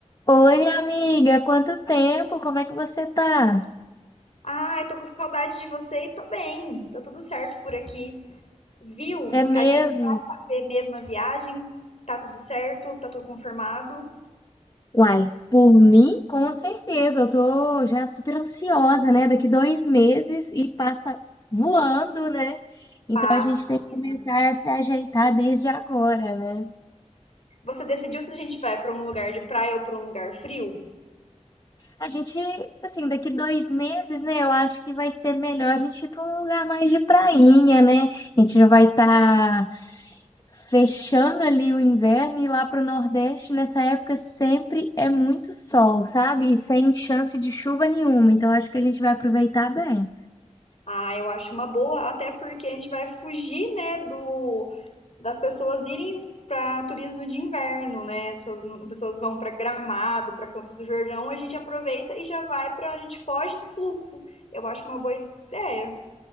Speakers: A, on the left (about 30°); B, on the left (about 60°).
A: Oi, minha amiga, quanto tempo? Como é que você tá?
B: Ai, tô com saudade de você e tô bem. Tô tudo certo por aqui. Viu?
A: É
B: A
A: mesmo?
B: gente vai fazer mesmo a viagem. Tá tudo certo? Tá tudo confirmado?
A: Uai, por mim, com certeza. Eu tô já super ansiosa, né? Daqui dois meses e passa voando, né? Então
B: Passa,
A: a gente tem
B: menina.
A: que começar a se ajeitar desde agora, né?
B: Você decidiu se a gente vai pra um lugar de praia ou pra um lugar frio?
A: A gente, assim, daqui dois meses, né? Eu acho que vai ser melhor a gente ir para um lugar mais de prainha, né? A gente já vai estar fechando ali o inverno e lá para o Nordeste, nessa época sempre é muito sol, sabe? E sem chance de chuva nenhuma. Então acho que a gente vai aproveitar bem.
B: Ah, eu acho uma boa, até porque a gente vai fugir, né, do das pessoas irem pra turismo de inverno, né? As pessoas, pessoas vão pra Gramado, pra Campos do Jordão, a gente aproveita e já vai pra, a gente foge do fluxo. Eu acho uma boa ideia.